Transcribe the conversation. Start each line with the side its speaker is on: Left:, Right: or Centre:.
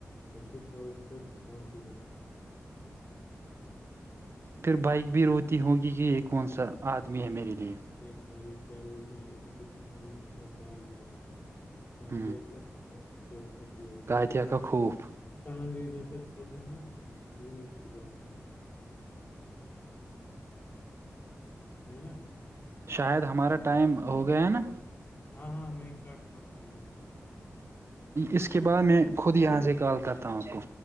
Left: جیسے ساؤتھ پ ڈھاکو ہوئے تھ
Right: پھر بائک بھی روتی ہوگی کہ یہ کون سا آدمی ہے میرے لیے
Left: ارے بھائی کیا روتے اس کے سامنے سب بھاگ جتے خجہ
Right: ہ
Left: کا بہشت یہ
Right: کاتیا کا خوف
Left: انگ جیسا چلتا ہے نا وہ بھی اس کی برابر ٹھیک ہے
Right: شاید ہمارا ٹائم ہو گیا ہے نا
Left: ہاں ہاں میں کاٹ کروں گا ادھر
Right: اس کے بعد میں خود یہاں سے کال کرتا ہوں آپ کو